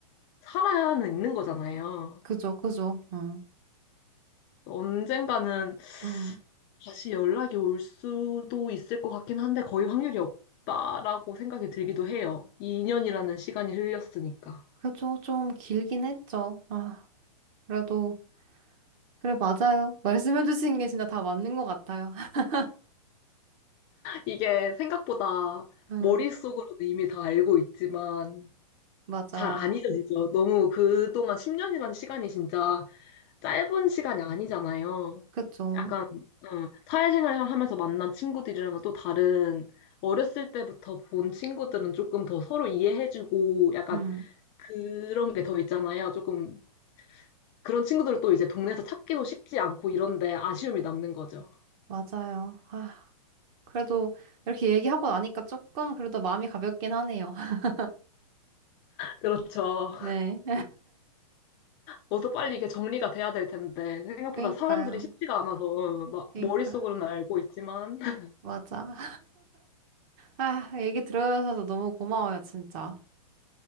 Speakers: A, on the left; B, on the right.
A: 살아야는 있는 거잖아요.
B: 그죠, 그죠, 음,
A: 언젠가는
B: 음,
A: 다시 연락이 올 수도 있을 것 같긴 한데 거의 확률이 없다라고 생각이 들기도 해요. 2년이라는 시간이 흘렸으니까.
B: 그죠. 좀 길긴 했죠. 아, 그래도 그래 맞아요. <laughs> 말씀해주신 게 진짜 다 맞는 것 같아요. <laughs>
A: 이게 생각보다
B: 음,
A: 머릿속으로도 이미 다 알고 있지만
B: 맞아,
A: 잘 안 잊어지죠. 너무 그동안 10년이라는 시간이 진짜 짧은 시간이 아니잖아요.
B: 그죠.
A: 약간 어, 사회생활을 하면서 만난 친구들이랑은 또 다른 어렸을 때부터 본 친구들은 조금 더 서로 이해해주고 약간
B: 음,
A: 그런 게 더 있잖아요. 조금 그런 친구들을 또 이제 동네에서 찾기도 쉽지 않고 이런데 아쉬움이 남는 거죠.
B: 맞아요. 아, 그래도 이렇게 얘기하고 나니까 조금 그래도 마음이 가볍긴 하네요. <laughs>
A: 그렇죠.
B: 네,
A: 뭐도 빨리 이게 정리가 돼야 될 텐데 생각보다
B: 그러니까요,
A: 사람들이 쉽지가 않아서 어, 막
B: 그러니까
A: 머릿속으로는 알고 있지만 <laughs>
B: 맞아. 아, 얘기 들어주셔서 너무 고마워요, 진짜.